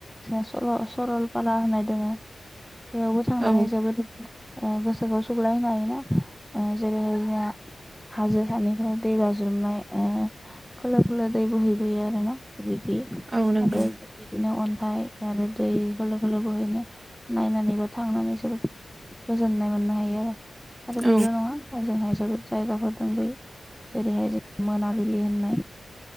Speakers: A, in the centre; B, on the right.
A: सरल सनलपारा होननाय दोङो बेयावबो थांनानै
B: औ
A: जोबोद गोसोखौ सौग्लायो हायोना जेरै जोंनिया हाजो सानिफ्राय दै बाज्रुमनाय खोलो खोलो दै बोहैबोयो आरो ना। बिदि
B: औ नंगौ
A: आरो बिदिनो अन थाइ आरो दै खोलो खोलो बोहैनो नायनानै बा थांनानै जोबोद गोजोननाय मोननो हायो आरो आरो
B: औ
A: बेल' नङा दा जोंहाय जोबोद जायगाफोर बै जेरैहाय जों मोनाबिलि होननाय